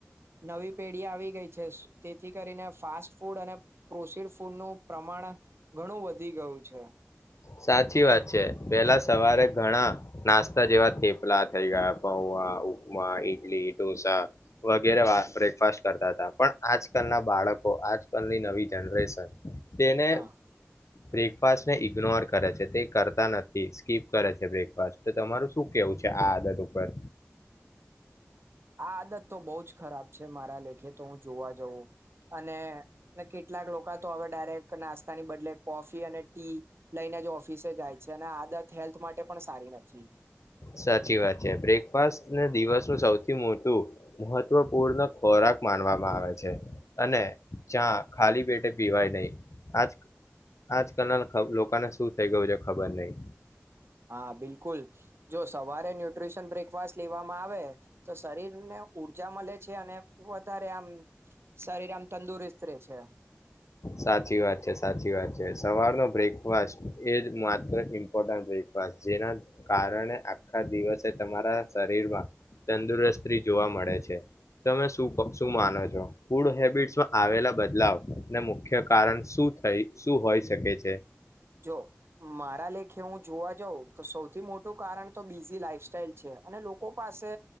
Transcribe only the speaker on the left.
સાચી વાત છે. પેલા સવારે ઘણા નાસ્તા જેવા થેપલા થઈ ગયા પૌવા, ઉપમા, ઈડલી, ઢોસા વગેરે બ્રેકફાસ કરતા હતા. પણ આજકાલ ના બાળકો આજકાલની નવી જનરેશન તેણે
બ્રેકફાસ્ટ ઈગ્નોર કરે છે તે કરતા નથી સ્કીપ કરે છે બ્રેકફાસ્ટ. તો તમારું શું કેવું છે આ આદત ઉપર?
સાચી વાત છે. બ્રેકફાસ્ટને દિવસનું સૌથી મોટું મહત્વપૂર્ણ ખોરાક માનવામાં આવે છે અને ચા ખાલી પેટે પીવાય નહી આજ આજ કલ લોકોને શું થઈ ગયું છે ખબર નહી.
સાચી વાત છે, સાચી વાત છે. સવારનો બ્રેકફાસ્ટ એ જ માત્ર ઇમ્પોર્ટન્ટ બ્રેકફાસ્ટ જેના કારણે આખા દિવસે તમારા શરીરમાં તંદુરસ્તી જોવા મળે છે. તમે શું પક્ષું માનો છો? ફૂડ હેબિટસમાં આવેલા બદલાવ ના મુખ્ય કારણ શું થઈ શું હોઈ શકે છે?